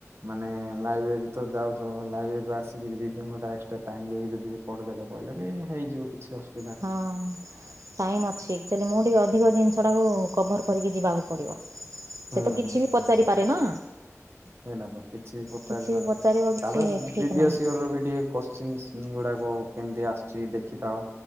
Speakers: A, on the right (about 55°); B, on the right (about 75°).
A: ମାନେ ଲାଇବ୍ରେରୀ ତ ଯାଉଛ ଲାଇବ୍ରେରୀରୁ ଆସିକି ବି ଦି ତିନି ଘଣ୍ଟା ଏସଟ୍ରା ଟାଇମ ଦେଇକି ଯଦି। ପଢି ଦେଲେ କହିଲେ ବି ହେଇଯିବ କିଛି ଅସୁ
B: ହଁ ଟାଇମ୍ ଅଛି ଏକ୍ଚୁଲି ମୁଁ ଟିକେ ଅଧିକ ଜିନିଷ ଟାକୁ। କଭର୍ କରିକି ଯିବାକୁ ପଡ଼ିବ ସେ
A: ହୁଁ
B: ତ କିଛି ବି ପଚାରିପାରେ ନା।
A: ଟିକେ ଲାଗ କିଛି ବି ପଚାରିପାର
B: କିଛି ବି ପଚାରିବ କିଛି
A: ତାପରେ
B: ଠିକ୍
A: ପ୍ରିଭିୟସ
B: ନାହିଁ
A: ଇଅର ବି ଟିକେ କୋଶଚିନ୍ସ। ଗୁଡାକୁ କେମିତି ଆସୁଛି ଦେଖିଥାଅ